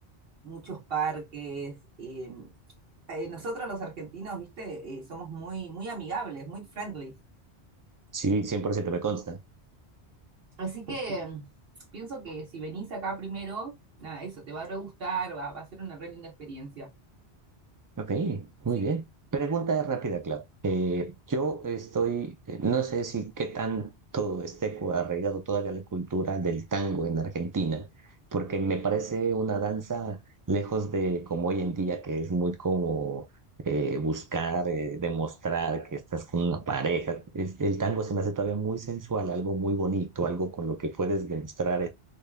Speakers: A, on the right (about 60°); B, on the right (about 30°).
A: muchos parques. eh, eh, nosotros los argentinos, viste, eh, somos muy, muy amigables, muy friendly.
B: Sí, 100% me consta.
A: Así que mm, pienso que si venís acá primero, nada, eso te va a re gustar, va, va a ser una re linda experiencia.
B: Ok, muy
A: Sí,
B: bien. Pregunta rápida, Clau. Eh, yo estoy, eh, no sé si qué tanto esté cu- arraigado todavía la cultura del tango en Argentina, porque me parece una danza lejos de como hoy en día, que es muy como eh, buscar, eh, demostrar que estás con una pareja. Es- el tango se me hace todavía muy sensual, algo muy bonito, algo con lo que puedes demostrar